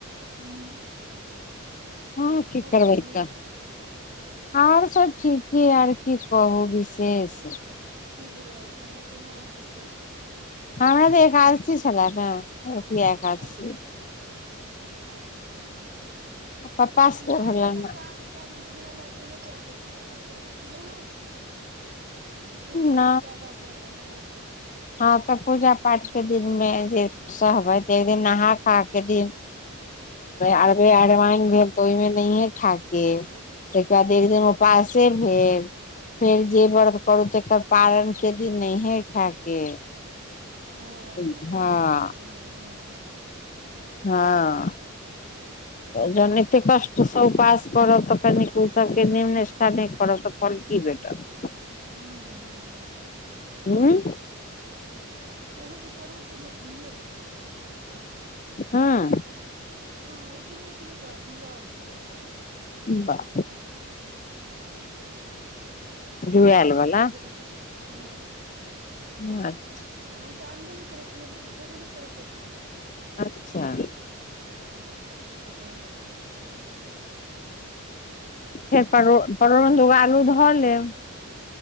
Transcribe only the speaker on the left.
हँ की करबै
तऽ आर सब ठीके आर की कहू विशेष
हमरा तऽ एकादशी छलाह न
पप्पा से
भेलनि
न
हँ तऽ पूजा पाठ के दिन मे जे सहबै त एक
दिन नहा खा के दिन अरबे
अरवइन भेल तऽ ओहिमे नहिे खााक ताहिके बाद एक दिन उपासे भेल फेर जे व्रत करू तकर पारण के दिन नहिे खायके
हँ
हँ
जन एते कष्ट स उपास करब कनि उ सबके नेम निष्ठा नहि करब त फल की भेटत
उँ
हँ
बाह जुआएल
बला
ह <inaudible>
अच्छा
फेर परो परोड़मे दुूगो आलू धऽ लेब